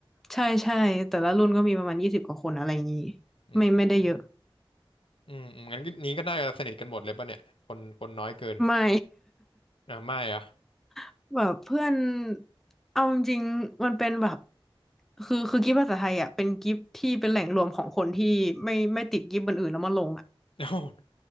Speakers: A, in the centre; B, on the left.
A: ใช่ใช่แต่ละรุ่นก็มีประมาณยี่สิบกว่าคนอะไรอย่างนี้
B: อืม
A: ไม่ไม่ได้เยอะ
B: อืมอืมงั้นนี้ก็น่าจะสนิทกันหมดเลยป่ะเนี่ยคนคนน้อยเกิน
A: ไม่
B: อ่ะไม่อ่ะ
A: <laughs> แบบเพื่อนเอาจริงๆมันเป็นแบบคือคือกิฟต์ภาษาไทยอ่ะเป็นกิฟต์ที่เป็นแหล่งรวมของคนที่ไม่ไม่ติดกิฟต์บนอื่นแล้วมาลง
B: <laughs>